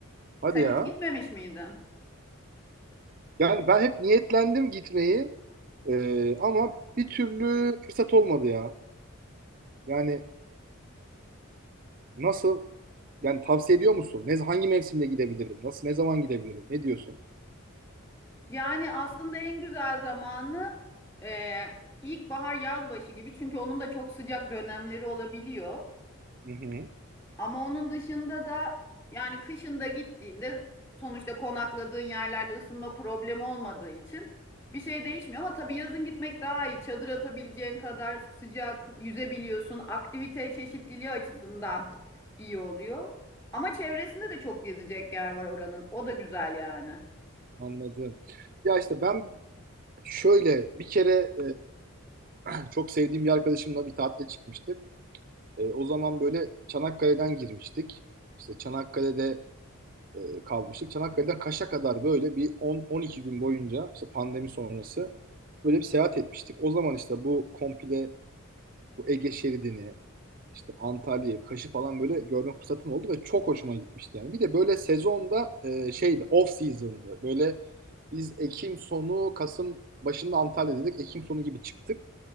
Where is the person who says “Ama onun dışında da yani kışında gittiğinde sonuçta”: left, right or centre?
Left